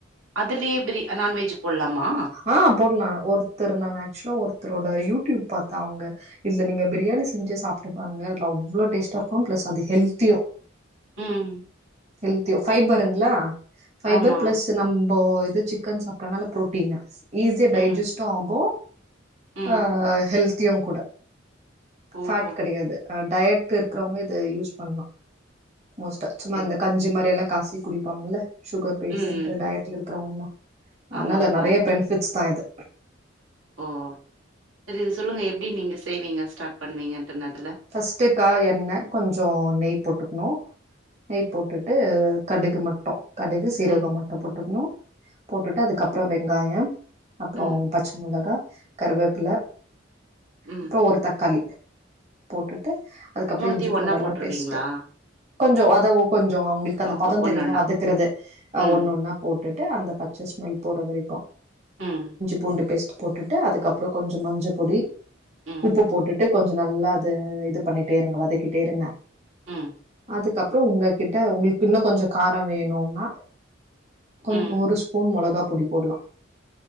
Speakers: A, on the right; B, on the right.
A: அதிலயே பிரி நான் வெஜ் போல்லாமா
B: ஆ போட்லா ஒருத்தர் நா ஆக்சுவலா ஒருத்தரோட யூடியூப் பாத்தா அவுங்க இதுல நீங்க பிரியாணி செஞ்சு சாப்ட்டு பாருங்க இதுல அவ்வளவு டேஸ்டா இருக்கு பிளஸ் அது ஹெல்த்தியு
A: ம்
B: ஹெல்த்தியு ஃபபருங்ளா ஃபைபர்
A: ஆமா
B: பிளஸ் நம்போ இது சிக்கன் சாப்பற்னால புரோ ஈஸியா டைஜஸ்டு
A: ம்
B: ஆகு
A: ம்
B: ஆ ஹெல்த்தியு கூட
A: ஓஹோ
B: ஃபேட் அ கெடையாது டயட் இருக்கறவங்க இது யூஸ் பண்லா மோஸ்டா சும்மா
A: சரி
B: அந்த கஞ்சி மாறியல்லா கச குடிப்பாங்கல்ல சுகர் பேஷண்ட்
A: ம் ம்
B: டயட்ல இருக்கறவங்களா அதனால
A: ஆமாப்பா
B: நெறைய பென்ஃபிட்ஸ் தா இது
A: ஓ சரி இது சொல்லுங்க எப்டி நீங்க செய்வீங்க ஸ்டார்ட் பண்ணுவீங்கன்ட்டு அதுல
B: ஃபர்ஸ்ட்டுக்கா எண்ண கொஞ்சோ நெய் போட்டுக்கணு நெய் போட்டுட்டு கடுகு மட்டு கடுகு சீரகம்
A: ம்
B: மட்டு போட்டுக்கணு போட்டுட்டு அதுக்கப்றோ வெங்காயம் அப்றோ
A: ம்
B: பச்ச மொளகா கருவேப்பில
A: ம்
B: இப்போ ஒரு தக்காளி போட்டுட்டு அதுக்கப்புறோ
A: மூணுத்தையு
B: இஞ்சி
A: ஒன்னா
B: பூண்டு எல்லா
A: போட்டுருவீங்களா
B: பேஸ்ட்டு கொஞ்சோ ஒதவு கொஞ்சோ அவுங்களுக்கு அந்த
A: ஒ
B: பதோ
A: ஒன்னொன்னா
B: தெரியுல வதக்குறது
A: ம்
B: ஒண்ணு ஒன்னா போட்டுட்டு அந்த பச்சஸ்மெல் போற வரைக்கு
A: ம்
B: பூண்டு பேஸ்ட் போட்டுட்டு அதுக்கப்றோ கொஞ்ச மஞ்ச பொடி
A: ம்
B: உப்பு போட்டுட்டு கொஞ்சோ நல்லா து இது பண்ணிட்டே இருங்க வதக்கிட்டே இருங்க
A: ம்
B: அதுக்கப்பறோ உங்ககிட்ட உங்களுக்கு இன்னும் கொஞ்சோ காரம் வேணும்னா கொங்
A: ம்
B: ஒரு ஸ்பூன் மொளகா பொடி போடலாம்